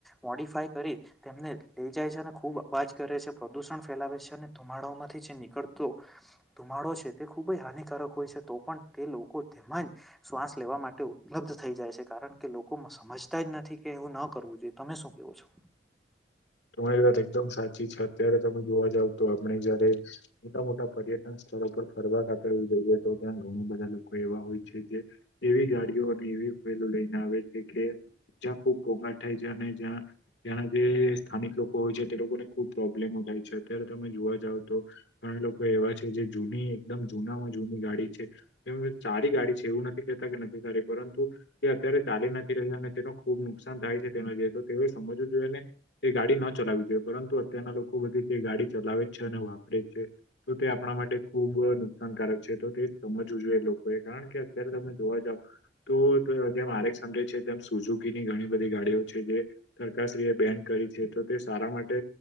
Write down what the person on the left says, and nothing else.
તમારી વાત એકદમ સાચી છે અત્યારે તમે જોવા જાવ તો આપણે જયારે મોટા મોટા પર્યટન સ્થળ પર ફરવા <unintelligible> જોઈએ તો ત્યાં ઘણું બધા લોકો એવા હોય છે જે. એવી ગાડીઓ અને એવી વહેલો લઈને આવે છે કે જ્યાં ખુબ ઘોંઘાટ થાય છે અને જ્યાં ત્યાંના જે સ્થાનિક લોકો હોય છે તે લોકોને ખુબ પ્રોબ્લેમો થાય છે અત્યારે તમે જોવા જાવ તો ઘણા લોકો એવા છે જે. જૂની એકદમ જૂનામાં જૂની ગાડી છે એ તેનું એ સારી ગાડી છે એવું નથી કેહેતા કે પરંતુ તે અત્યારે ચાલી નથી રહી અને તેનું ખુબ નુકસાન થાય છે તેના જે તો તેઓએ સમજવું જોઈએ ને એ ગાડી ન ચલાવી જોઈએ પરંતુ અત્યારના લોકો બધી તે ગાડી ચલાવે છે અને વાપરે છે તો તે આપણામાં માટે ખુબ નુકસાનકારક. છે તો તે સમજવું જોઈએ લોકોએ કારણ કે અત્યારે તમે જોવા જાવ તો જે મારે સમજે છે તેમ સુઝુકીની ઘણી બધી ગાડીઓ છે જે સરકારશ્રી એ બેન કરી છે તો તે સારા માટે